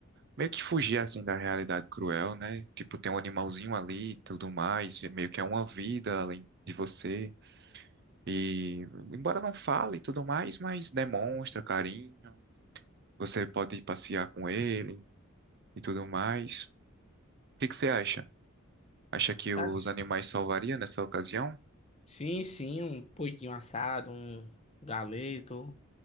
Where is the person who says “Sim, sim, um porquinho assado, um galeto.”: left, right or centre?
Left